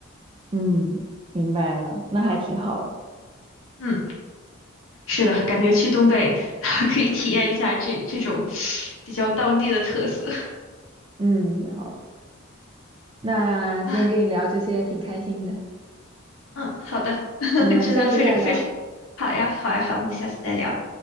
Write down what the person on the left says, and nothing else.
嗯。是的，感觉去东北 <laughs> 可以体验一下这这种比较当地的特色
<laughs> 啊。嗯，好的，<laughs>
真的非常非常好呀，好呀，好，我们下次再聊。